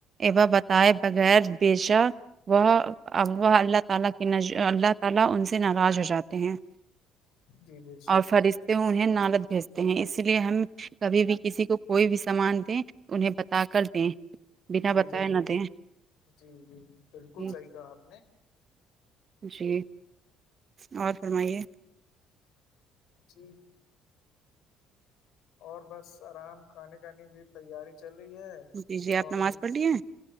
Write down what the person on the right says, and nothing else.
ا بتائے بغیر بیشہ وہ اب وہ اللہ تعالی کے اللہ تعالی ان سے ناراض ہو جاتے ہیں
اور فرشتے
انہیں نالد بھیجتے اس لیے ہم کبھی بھی کسی کو کوئی بھی سامان دیں انہیں بتا کر دیں بنا
بتائے
نہ دیں
جی
جی اور فرمائیے
جی جی آپ
نماز پڑھ لیے ہیں؟